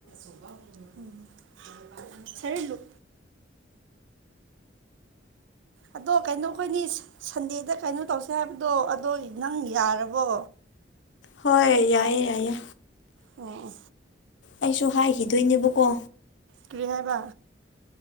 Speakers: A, on the right (about 80°); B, on the left (about 75°).
A: ꯁꯔꯂꯨ ꯑꯗꯣ ꯀꯩꯅꯣ ꯑꯈꯣꯏꯅꯤ ꯁꯟꯗꯦꯗ ꯀꯩꯅꯣ ꯇꯧꯁꯦ ꯍꯥꯏꯕꯗꯣ ꯑꯗꯣ ꯅꯪ ꯌꯥꯔꯕꯣ
B: ꯍꯣꯏ ꯌꯥꯏꯌꯦ ꯌꯥꯏꯌꯦ
A: ꯑꯣ ꯑꯣ
B: ꯑꯩꯁꯨ ꯍꯥꯏꯈꯤꯗꯣꯏꯅꯦꯕꯀꯣ
A: ꯀꯔꯤ ꯍꯥꯏꯕ